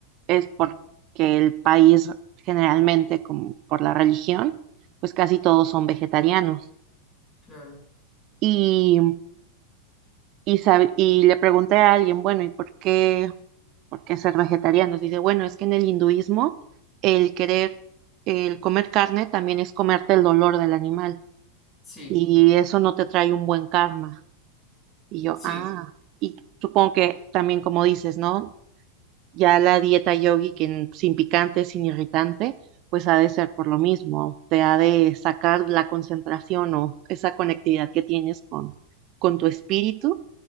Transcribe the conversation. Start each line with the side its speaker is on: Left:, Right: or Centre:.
Right: es porque el país generalmente, como por la religión, pues casi todos son vegetarianos.
Left: claro.
Right: Y, y, sab- y le pregunté a alguien, bueno, ¿y por qué, por qué ser vegetarianos? Dice, bueno, es que en el hinduismo el querer, el comer carne también es comerte el dolor del animal
Left: Sí,
Right: y eso no te trae un buen karma. Y yo,
Left: sí.
Right: ah, y supongo que también como dices, ¿no? Ya la dieta yogi, que n- sin picante, sin irritante, pues ha de ser por lo mismo. Te ha de sacar la concentración o esa conectividad que tienes con, con tu espíritu,